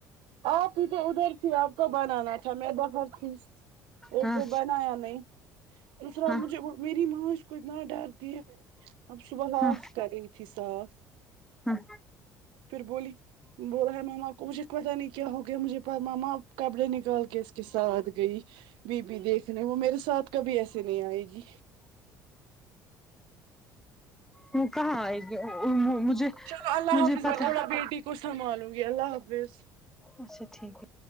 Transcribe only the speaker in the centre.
ہاں
ہاں
ہاں
ہاں
وہ کہاں آئے گی مجھے
مجھے
پتا
اچھا ٹھیک ہے